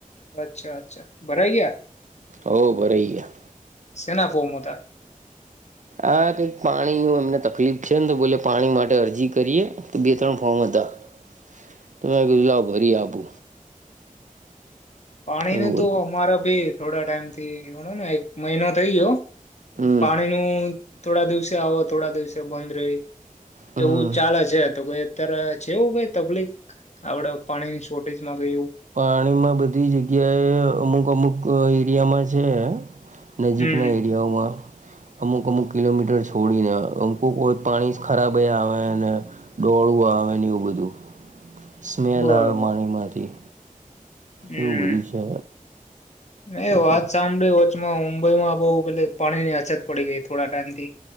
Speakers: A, on the left; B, on the right.
A: અચ્છા, અચ્છા ભરાઈ ગયા.
B: હો ભરાય ગ્યા
A: સેના ફોર્મ હતા
B: આ કંઈક પાણી એમને તકલીફ છે ને તો બોલે પાણી માટે અરજી કરીએ તો બે ત્રણ ફોર્મ ત મે કીધુ લાવ ભરી આપુ
A: પાણીને
B: એવું
A: તો
B: હતું
A: અમારા ભી થોડા ટાઈમ થી ગણો ને એક મહિનો થઈ ગયો હો
B: હમ
A: પાણી નુ થોડા દિવસે આવો થોડા દિવસે બંધ રહી
B: હમ
A: એવું ચાલે છે તો કઈ અત્યારે છેવું કઈ તકલીફ આપડે પાણીની શોર્ટેજમાં કઈ એવું
B: પાણીમાં બધી જગ્યાએ અમુક અમુક એરિયામાં છે નજીકના
A: હમ
B: એરિયાઓમાં અમુક અમુક કિલોમીટર છોડીને અમુકોક વાર પાણી જ ખરાબ આવેને ડો પડવા આવેને એવું બધું. સ્મેલ
A: બરોબર
B: આવે માણીમાંથી.
A: હમ
B: એવું બધું છે.
A: એ
B: એટલે
A: વાત સાંભળી હોચમાં મુંબઈમાં બહુ પે પાણીની અછત પડી ગઈ થોડા ટાઈમથી.